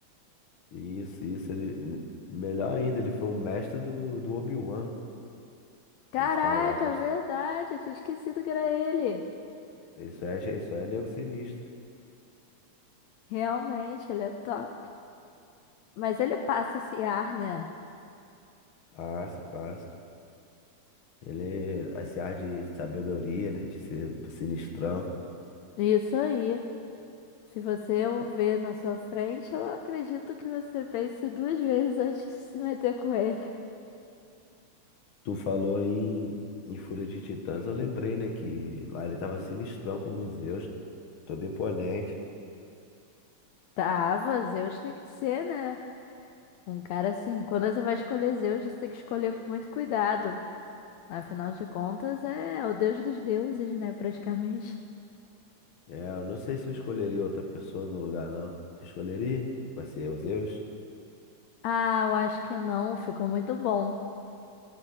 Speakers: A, on the left; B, on the left.
A: Isso, isso, ele. Melhor ainda, ele foi o mestre do, do Obi-Wan
B: Caraca,
A: em Star Wars.
B: verdade, eu tinha esquecido que era ele.
A: Isso é, isso é nego sinistro.
B: Realmente, ele é top. Mas ele passa esse ar, né?
A: Passa, passa. Ele, esse ar de sabedoria, né? De ser sinistrão.
B: Isso aí. Se você o ver na sua frente, eu acredito que você pense duas vezes antes de se meter com ele.
A: Tu falou aí em, em Fúria de Titãs, eu lembrei, né, que lá ele tava sinistrão como Zeus, todo imponente.
B: Tava, Zeus tem que ser, né? Um cara assim, quando você vai escolher Zeus, você tem que escolher com muito cuidado. Afinal de contas, é o deus dos deuses, né? Praticamente.
A: É, eu não sei se eu escolheria outra pessoa no lugar, não. Tu escolheria? Vai ser o Zeus?
B: Ah, eu acho que não. Ficou muito bom.